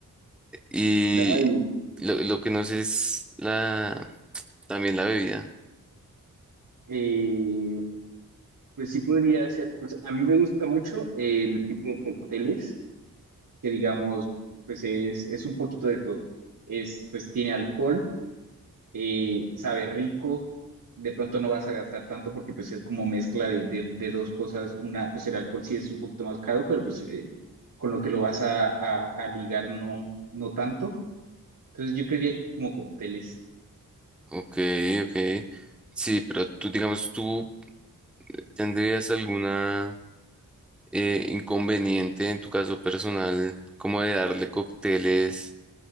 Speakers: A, in the centre; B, on the right.
A: Y
B: Ay,
A: lo, lo que no sé es la, también la bebida.
B: eh, pues sí podría ser, pues a mí me gusta mucho el tipo de cócteles que digamos, pues es, es un poquito de todo. Es, pues tiene alcohol, eh, sabe rico, de pronto no vas a gastar tanto porque pues es como mezcla de, de- de dos cosas. Una, pues el alcohol sí es un poquito más caro, pero pues eh, con lo que lo vas a, a- a ligar no, no tanto. Entonces yo creería que como cócteles.
A: Ok, ok, sí, pero tú digamos, tú tendrías alguna... eh, inconveniente en tu caso personal, como de darle cócteles